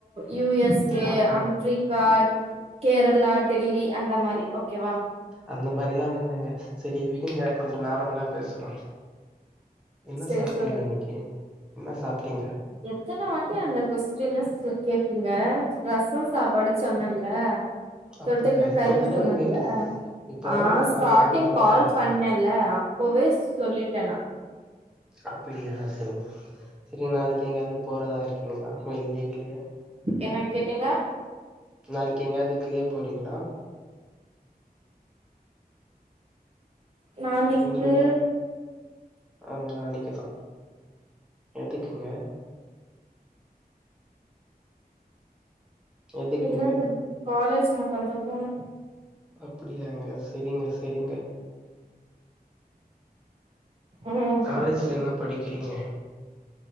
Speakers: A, on the right; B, in the centre.
A: யு எஸ் ஏ
B: நாட் உடன்
A: அம்ரிக்கா கேரளா டெல்லி அந்த மாரி ஓக்கேவா
B: அந்த மாரில்லா வேணாங்க செரி விடுங்க கொஞ்சோ நார்மலா பேசலா என்ன
A: செரி
B: சாப்ட்டீங்க
A: சொல்லுங்க
B: இன்னிக்கு என்ன சாப்ட்டீங்க
A: எத்தன வாட்டி அந்த கொஸ்டின கேப்பீங்க ரசோ சாப்பாடு சொன்னேன்ல
B: அப்டியா
A: தொட்டுக்க
B: இப்பதானங்க
A: கறி சொன்னேன்ல
B: கேக்குறாங்க இப்பதா
A: ஆ
B: உங்களுக்கு
A: ஸ்டாடிங்
B: கால் பண்ண இப்பதா
A: கால்
B: கேக்குறா
A: பண்ணேல அப்பவே சொல்லிட்டே நா
B: அப்பிடியா செரி சரி நாளைக்கு எங்கயாவது போறதா இருக்கீங்களா வெளிய கிளிய
A: என்ன கேட்டீங்க
B: நாளைக்கு எங்கேயாவது வெளிய போறீங்களா
A: நாளிக்கு
B: உங்களதா ஆமா நாளைக்குதா எதுக்குங்க எதுக்குங்க
A: இல்லங்க காலேஜ் மட்டுந்தா போனு
B: அப்டியாங்க செரிங்க செரிங்க
A: ம்
B: காலேஜ்ல என்ன படிக்கிறீங்க